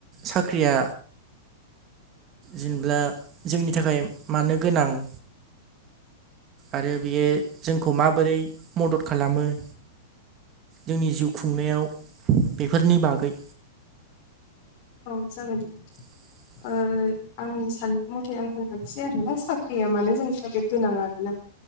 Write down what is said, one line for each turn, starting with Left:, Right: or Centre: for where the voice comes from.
Right: साख्रिया जेनेब्ला जोंनि थाखाय मानो गोनां? आरो बियो जोंखौ माबोरै मदद खालामो? जोंनि जिउ खुंनायाव बेफोरनि बागै
Left: औ जागोन दे नोंथां।
Right: <inaudible>
Left: ओ आंनि साननाय मथे आं होनलांसै आरोना साख्रिया मानो जोंनि थाखाय गोनां आरोना।